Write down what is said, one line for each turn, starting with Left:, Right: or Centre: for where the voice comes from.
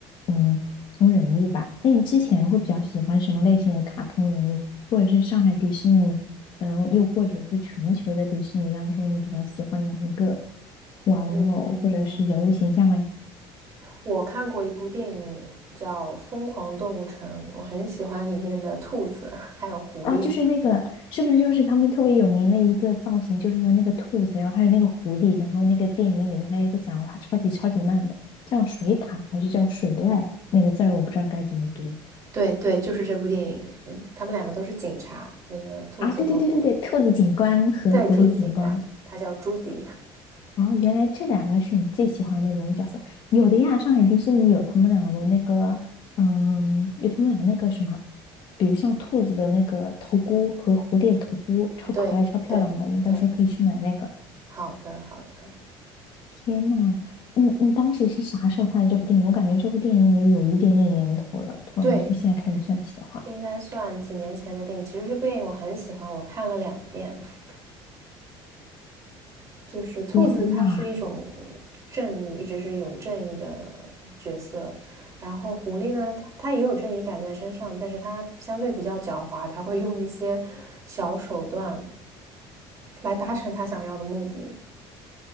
Left: 嗯卡通人物吧。那你之前会比较喜欢什么类型的卡通人物，或者是上海迪士尼，嗯，又或者是全球的迪士尼当中，你比较喜欢哪一个玩偶或者是人物形象嘞？
Right: 嗯，我看过一部电影叫《疯狂动物城》，我很喜欢里面的兔子还有狐狸。
Left: 啊，就是那个，是不是就是他们特别有名的一个造型？就是说那个兔子，然后还有那个狐狸，然后那个电影里面还有一个讲话超级超级慢的，叫水獭还是叫水濑？那个字儿我不知道该怎么读
Right: 对对，就是这部电影，嗯他们两个都是警察，那个兔子和狐狸。
Left: 啊！对对对对对，兔子警官和狐狸警官。
Right: 对，兔子警官，他叫朱迪。
Left: 哦，原来这两个是你最喜欢的人物角色。有的呀，上海迪士尼有他们俩的那个，嗯，有他们俩那个什么，比如像兔子的那个头箍和狐狸的头箍，
Right: <laughs>
Left: 超可爱、
Right: 对对对，
Left: 超漂亮的，你到时候可以去买那个。
Right: 好的好的，
Left: 天呐，你你当时是啥时候看的这部电影？我感觉这部电影也有一点点年头了。突然从现在开始算起的话，
Right: 对，应该算几年前的电影。其实这部电影我很喜欢，我看了两遍。<laughs> 就是兔子，
Left: 天呐，
Right: 它是一种正义，一直是一种正义的角色。然后狐狸呢，它也有正义感在身上，但是它相对比较狡猾，它会用一些小手段来达成它想要的目的。